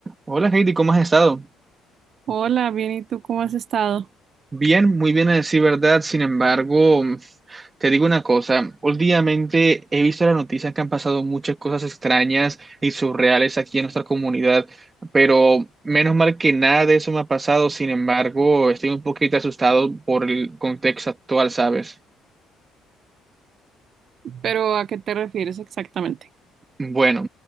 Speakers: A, on the right (about 20°); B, on the right (about 45°).
A: Hola Heidi, ¿cómo has estado?
B: Hola, bien, ¿y tú cómo has estado?
A: Bien, muy bien a decir verdad. Sin embargo, te digo una cosa. Últimamente he visto las noticias que han pasado muchas cosas extrañas y surreales aquí en nuestra comunidad, pero menos mal que nada de eso me ha pasado. Sin embargo, estoy un poquito asustado por el contexto actual, ¿sabes?
B: Pero ¿a qué te refieres exactamente?
A: Bueno,